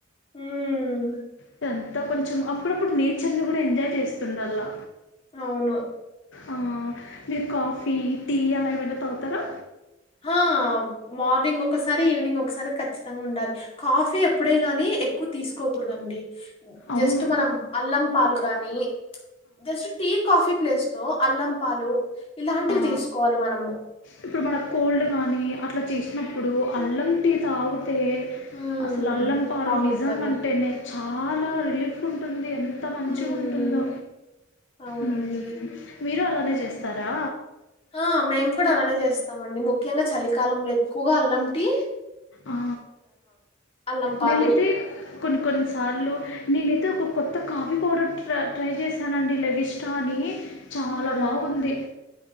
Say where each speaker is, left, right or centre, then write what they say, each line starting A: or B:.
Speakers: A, on the left; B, on the left.
A: మ్మ్
B: టె అంతా కొంచెం అప్పుడప్పుడు నేచర్ ని కూడా ఎంజాయ్ చేస్తుండల్లా
A: అవును
B: ఆ మీరు కాఫీ టీ అలా ఏమైనా తాగుతారా
A: హ మార్నింగ్ ఒకసారి ఈవినింగ్ ఒకసారి ఖచ్చితంగా ఉండాలి కాఫీ ఎప్పుడే గాని ఎక్కువ తీసుకోకూడదండి
B: అవును
A: జస్ట్ మనం అల్లం పాలు కానీ జస్ట్ టీ కాఫీ ప్లేస్ లో అల్లం పాలు ఇలాంటివి
B: ఆ
A: తీసుకోవాలి మనము.
B: ఇప్పుడు మనక్ కోల్డ్ కానీ అట్లా చేసినప్పుడు అల్లం టి తాగ్ తే
A: హ్మ్.
B: అసలు అల్లం పాలు
A: బావుంటది.
B: నిజంగ అంటేనే చాలా రిలీఫ్ ఉంటుంది అం ఎంత మంచిగుంటుందో
A: హ్మ్. అవునండి.
B: మ్ మీరు అలానే చేస్తారా
A: ఆ మేము కూడా అలానే చేస్తామండి ముఖ్యంగా చలికాలంలో ఎక్కువగా అల్లం టి
B: ఆ
A: అల్లం పాలు
B: మేమీతే కొన్ని కొన్ని సార్లు నేనైతే ఒక కొత్త కాఫీ పౌడర్ ట్ర ట్రై చేశానండి లేవిష్ట అని చాల
A: హ్మ్
B: బాగుంది